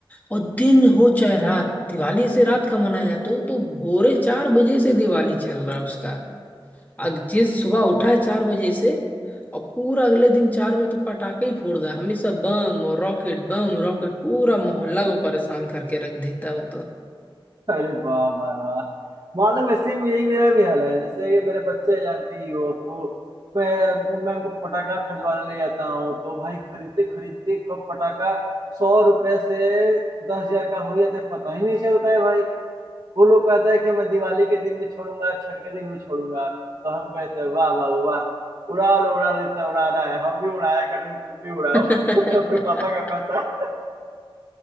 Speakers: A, on the left; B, on the right.
A: और दिन हो चाहे रात दिवाली से रात का मनाया जाता है वो तो भोरे चार बजे से दिवाली चल रहा है उसका अग- जिस सुबह उठा है चार बजे से और पूरा अगले दिन चार बजे तो पटाखे ही फोड़ रहा है हमेशा बम और रॉकेट बम रॉकेट पूरा मोहल्ला को परेशान करके रख देता है वो तो।
B: अरे वाह वाह वाह मालूम है सेम यही मेरा भी हाल है जैसे ये मेरे बच्चे जानते ही हो तो मैं मैं उनको पटाखा खरीदवाने ले जाता हूँ तो भाई खरीदते खरीदते कब पटाखा सौ रुपए से दस हजार का हो जाता है पता ही नहीं चलता है भाई वो लोग कहता है कि मैं दिवाली के दिन भी छोड़ूंगा छठ के दिन भी छोड़ूंगा तो हम कहते हैं वाह बाबू वाह उड़ा लो उड़ा लो जितना उड़ा रहा है हम भी उड़ाया कर रहे हैं तुम भी उड़ाओ
A: <laughs> अरे
B: <laughs> अपने पापा का पैसा